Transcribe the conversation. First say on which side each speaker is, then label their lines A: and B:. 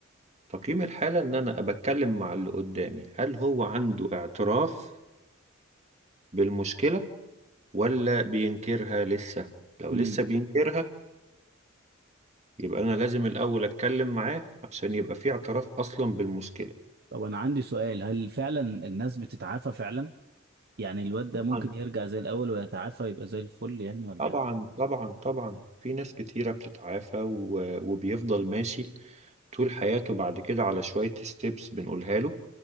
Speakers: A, on the right (about 35°); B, on the right (about 50°).
A: تقييم الحالة ان انا بتكلم مع اللي قدامي هل هو عنده اعتراف بالمشكلة ولا بينكرها لسه لو
B: مم.
A: لسه بينكرها يبقى أنا لازم الأول أتكلم معاه عشان يبقى في اعتراف أصلا بالمشكلة
B: طب انا عندي سؤال هل فعلا الناس بتتعافى فعلا يعني الواد ده ممكن
A: طبعا
B: يرجع زي الاول ويتعافى يبقى زي الفل يعني ولا
A: طبعا طبعا طبعا في ناس كتيرة بتتعافى و... وبيفضل ماشي طول حياته بعد كده على شوية ستيبس بنقولها له